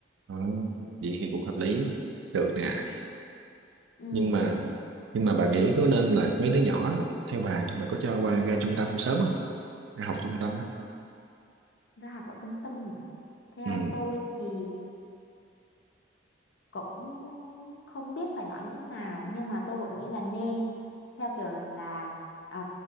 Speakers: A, on the right (about 85°); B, on the left (about 75°).
A: Ờ, vậy thì cũng hợp lý được nè
B: ừ,
A: nhưng mà nhưng mà bà nghĩ có nên là mấy đứa nhỏ á, theo bà bà có cho qua ra trung tâm sớm không ra học trung tâm á
B: ra học ở trung tâm mà theo
A: ừ
B: tôi thì cũng không biết phải nói như thế nào nhưng mà tôi vẫn nghĩ là nên theo kiểu rằng là ờ,